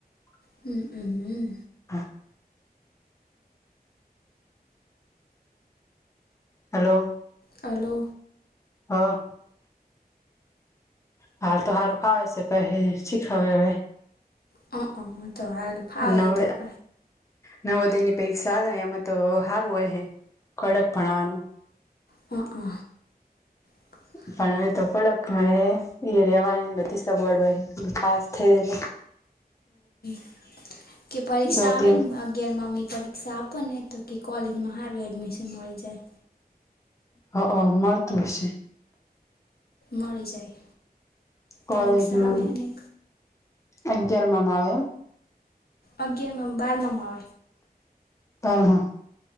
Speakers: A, on the left; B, on the left.
A: હમ હમ
B: હમ <unintelligible> હેલો.
A: હલો.
B: હા. હાલ તો સારું ફાવે છે. પછી શી ખબર હવે.
A: હ હ તો હ ભાવ
B: નવ
A: એ તો પ.
B: નવોદયની પરીક્ષા આલે એમાં તો સારું હોય છે. કડક ભણવાનું.
A: હ હ. <unintelligible>
B: પણ હવે તો કડક હ એ રેવાની બધી સગવડ હોય પાસ થઈ જ
A: <inaudible> કે પરીક્ષા
B: દોતી
A: આવે ને અગિયાર માં ની પરીક્ષા આપો ને તો કે કોલેજમાં સારું એડમિશન મળે. જાય.
B: હ હ મળતું હશે.
A: મળી જાય
B: કોલેજમાં
A: પરીક્ષા આવે ને
B: અગયારમામાં આવે એમ?
A: અગિયારમાં બારમામાં
B: ભલે